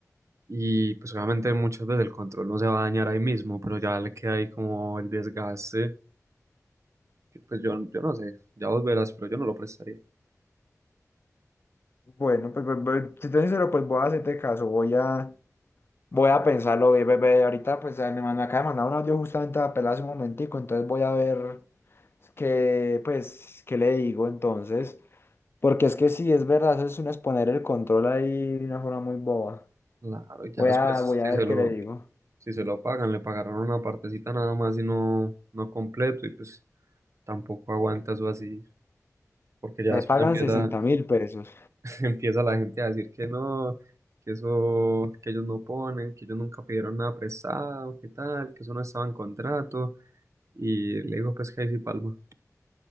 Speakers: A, on the right (about 55°); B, on the left (about 40°).
A: Y pues obviamente muchas veces el control no se va a dañar ahí mismo, pero ya le queda ahí como el desgaste. que, Pues yo, yo no sé, ya vos verás, pero yo no lo prestaría.
B: bueno, pues, pues, pues, si te soy sincero, pues voy a hacerte caso, voy a, voy a pensarlo bien, bebé. Ahorita, pues eh, me, mandó- me acaba de mandar un audio justamente a pelar hace un momentico, entonces voy a ver qué, pues, qué le digo entonces. Porque es que sí, es verdad, eso es un exponer el control ahí de una forma muy boba.
A: Claro, ya
B: Voy
A: después
B: a, voy
A: si
B: a ver
A: se lo,
B: qué le digo.
A: si se lo pagan, le pagarán una partecita nada más y no, no completo y pues tampoco aguanta eso así, porque ya
B: Me
A: después
B: pagan
A: empieza,
B: sesenta mil pesos.
A: <laughs> empieza la gente a decir que no, que eso, que ellos no ponen, que ellos nunca pidieron nada prestado, que tal, que eso no estaba en contrato y le digo pues que ahí sí palma.